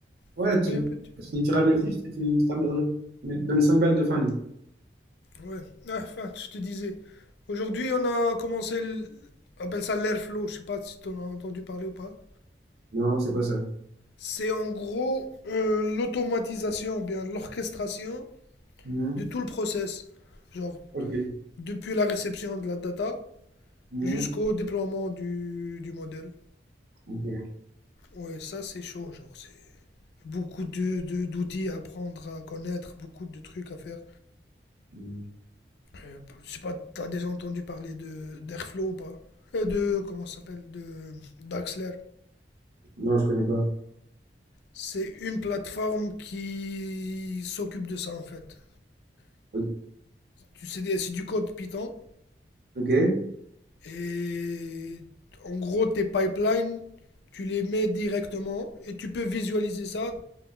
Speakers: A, on the right; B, on the left.
A: ouais,
B: récupérer
A: tu,
B: un peu de...
A: tu, tu ramènes juste et tu, tu ramènes- tu donnes 5 balles de fund.
B: Ouais, Ah, enfin, je te disais. Aujourd'hui, on a commencé, le... on appelle ça l'airflow, je sais pas si tu en as entendu parler ou pas.
A: Non, c'est quoi ça?
B: C'est en gros euh, l'automatisation, ou bien l'orchestration
A: Mhm.
B: de tout le process. Genre,
A: Ok.
B: depuis la réception de la data
A: Mhm.
B: jusqu'au déploiement du, du modèle.
A: Ok.
B: Ouais, ça c'est chaud, genre, c'est beaucoup de, de- d'outils à apprendre, à connaître, beaucoup de trucs à faire.
A: Mhm.
B: Euh, je sais pas, t'as déjà entendu parler de d'Airflow ou pas? Euh, de, comment ça s'appelle? De d'Axler.
A: Non, je connais pas.
B: C'est une plateforme qui s'occupe de ça en fait.
A: Ok.
B: Tu sais, des- c'est du code Python
A: Ok.
B: et en gros tes pipelines, tu les mets directement et tu peux visualiser ça